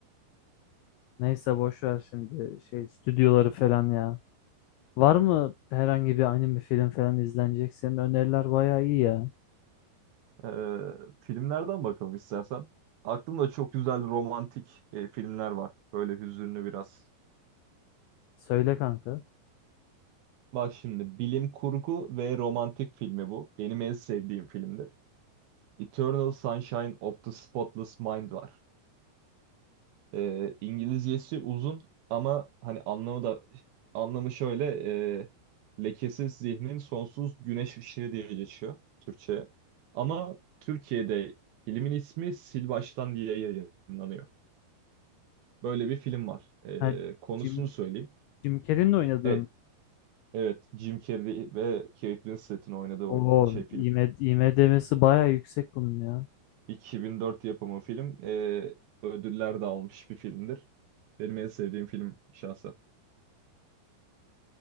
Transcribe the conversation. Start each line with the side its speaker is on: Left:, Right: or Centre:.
Left: Neyse boş ver şimdi şey stüdyoları falan ya. Var mı herhangi bir anime film falan izlenecek? Senin öneriler bayağı iyi ya.
Right: E, filmlerden bakalım istersen. Aklımda çok güzel romantik e, filmler var. Böyle hüzünlü biraz.
Left: Söyle kanka.
Right: Bak şimdi bilim kurgu ve romantik filmi bu. Benim en sevdiğim filmdir. Eternal Sunshine of the Spotless Mind var. E, İngilizcesi uzun ama hani anlamı da anlamı şöyle e, lekesiz zihnin sonsuz güneş ışığı diye geçiyor Türkçe. Ama Türkiye'de filmin ismi Sil Baştan diye yayınlanıyor. Böyle bir film var. E,
Left: Ha,
Right: konusunu
Left: Jim,
Right: söyleyeyim.
Left: Jim Carrey'in de oynadığım
Right: Evet, evet Jim Carrey ve Kate Winslet'in oynadığı oyun,
Left: o
Right: şey film.
Left: IMDb'si bayağı yüksek bunun ya.
Right: 2004 yapımı film. E, ödüller de almış bir filmdir. Benim en sevdiğim film şahsen.